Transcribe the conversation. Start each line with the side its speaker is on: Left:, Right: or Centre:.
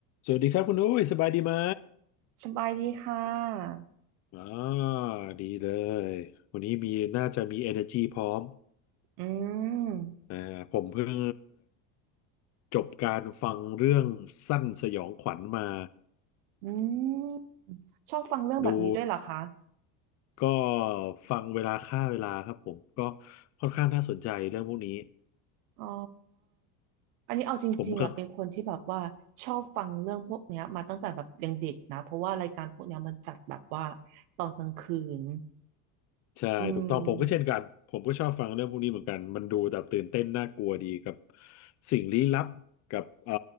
Left: สวัสดีครับคุณอุ้ยสบายดีไหม
Right: สบายดีค่ะ
Left: อ่าดีเลย วันนี้มีน่าจะมี energy พร้อม
Right: อืม
Left: อ่าผมเพิ่งจบการฟังเรื่องสั้นสยองขวัญมา
Right: อืมชอบฟังเรื่องแบบนี้ด้วยเหรอคะ
Left: ดู ก็ฟังเวลาฆ่าเวลาครับผม ก็ค่อนข้างน่าสนใจเรื่องพวกนี้
Right: อ๋ออันนี้เอาจริงๆอ่ะเป็นคนที่แบบว่าชอบฟังเรื่องพวกเนี้ยมาตั้งแต่แบบยังเด็กนะเพราะว่ารายการพวกเนี้ยมันจัดแบบว่า
Left: ผมก็
Right: ตอนกลางคืน
Left: ใช่ถูกต้องผมก็เช่นกันผมก็ชอบฟังเรื่องพวกนี้เหมือนกันมันดูแบบตื่นเต้นน่ากลัวดีกับ
Right: อืม
Left: สิ่งลี้ลับกับเอ่อ